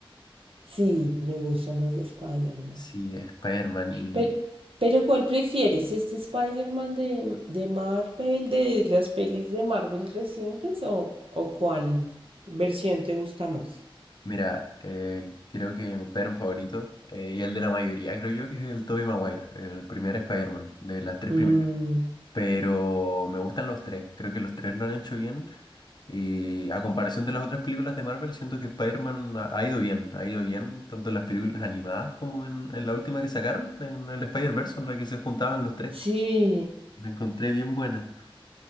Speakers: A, on the right; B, on the left.
A: Sí, me gustan las de Spider-Man.
B: Sí, Spider-Man y
A: Pe- Pero, ¿cuál prefieres? ¿Este Spider-Man de, de Marvel, de las pelis de Marvel recientes o, o cuál versión te gusta más?
B: Mira, eh, creo que mi Spider-Man favorito, eh, y el de la mayoría, creo yo que es el Tobey Maguire, el primer Spider-Man, de las tres
A: Mm,
B: primeras. Pero me gustan los tres, creo que los tres lo han hecho bien. Y a comparación de las otras películas de Marvel, siento que Spider-Man ha, ha ido bien, ha ido bien, tanto en las películas animadas como en, en la última que sacaron, en el Spider-Verse, en la que se juntaban los tres.
A: sí,
B: La encontré bien buena.